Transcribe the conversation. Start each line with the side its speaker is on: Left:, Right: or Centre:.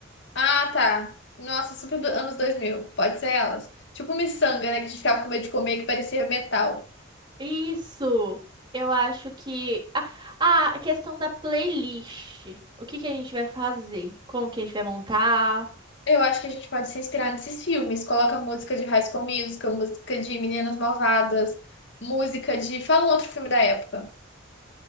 Left: Ah, tá. Nossa, super do- anos dois mil Pode ser elas. Tipo miçanga, né? Que a gente ficava com medo de comer, que parecia metal.
Right: Isso! Eu acho que. Ah, ah, a questão da playlist. O que que a gente vai fazer? Como que a gente vai montar?
Left: Eu acho que a gente pode se inspirar nesses filmes. Coloca música de High School Musical, música de Meninas Malvadas, música de... Fala um outro filme da época.